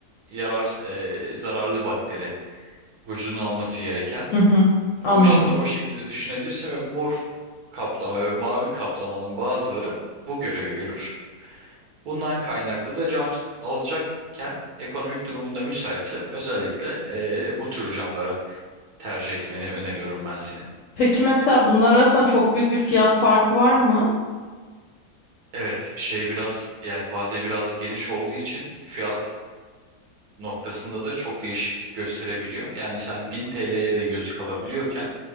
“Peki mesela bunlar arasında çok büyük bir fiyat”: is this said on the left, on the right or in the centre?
Left